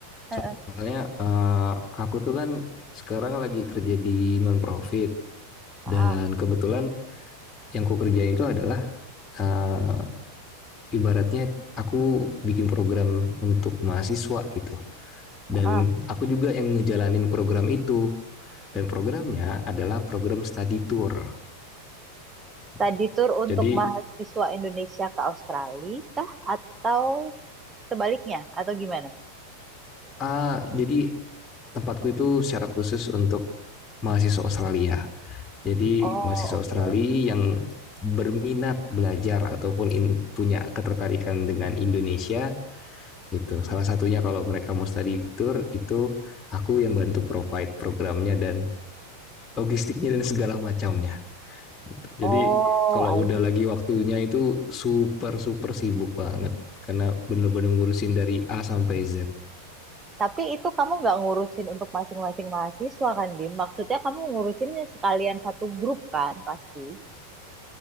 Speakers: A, on the right; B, on the left.
A: Heeh.
B: Soalnya eh aku tuh kan sekarang lagi kerja di non profit
A: Ah,
B: dan kebetulan yang ku kerjain itu adalah eh ibaratnya aku bikin program untuk mahasiswa gitu. Dan
A: ah.
B: aku juga yang ngejalanin program itu. Dan programnya adalah program study tour. gitu.
A: Tadi tur untuk
B: Jadi
A: mahasiswa Indonesia ke Australia kah? Atau sebaliknya? Atau gimana?
B: ah jadi tempatku itu secara khusus untuk mahasiswa Australia. Jadi
A: Oh,
B: mahasiswa Australia
A: oke.
B: yang berminat belajar ataupun in, punya ketertarikan dengan Indonesia itu salah satunya kalau mereka mau study tour itu aku yang bantu provide programnya dan logistiknya dan segala macamnya gitu. Jadi
A: Oh,
B: kalau
A: I
B: udah
A: see.
B: lagi waktunya itu super super sibuk banget karena bener-bener ngurusin dari A sampai Z
A: Tapi itu kamu nggak ngurusin untuk masing-masing mahasiswa kan, Bim? Maksudnya kamu ngurusinnya sekalian satu grup kan, pasti.